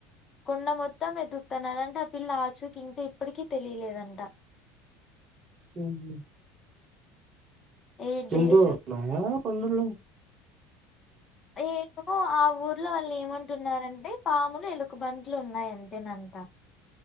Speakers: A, on the left; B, on the right.
A: కొండ మొత్తం ఎదుకుతున్నారంట ఆ పిల్ల ఆచూకి ఇంకా ఇప్పటికీ తెలియలేదంట
B: హ హ్మ్
A: ఎయిట్
B: చెంతోూరున్నాయా
A: డేస్
B: పండల
A: ఏవో ఆ ఊర్లో వాళ్ళు ఏమంటున్నారంటే పాములు ఎలుగా బంటులు ఉన్నాయి అంతేనందు ంట